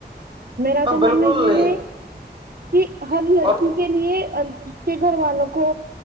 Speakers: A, on the right; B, on the right.
A: میرا
B: ہاں
A: تو
B: بالکل
A: ماننا یہ ہے کہ ہر لڑکی
B: اور
A: کے لیے اس کے گھر والوں کو